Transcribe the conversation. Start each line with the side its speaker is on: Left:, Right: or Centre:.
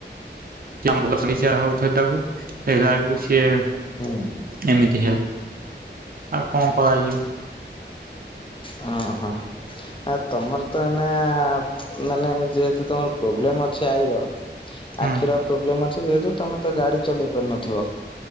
Right: <unintelligible> ହଉଥୁଲ୍ ତାକୁ ଦେଖିଲା ବେଳକୁ ସିଏ
Left: ହୁଁ
Right: ଏମିତି ହେଲା ଆଉ କଣ କରାଯିବ?
Left: ହଁ ହଁ। ଆ ତମର ତ ଏଇନା ମାନେ ଯେହେତୁ ତମର ପ୍ରୋବ୍ଲେମ ଅଛି ଆଇର
Right: ହୁଁ
Left: ଆଖିର ପ୍ରୋବ୍ଲେମ ଅଛି ଯେହେତୁ ତମେ ତ ଗାଡି ଚଲେଇ ପାରୁନଥିବ।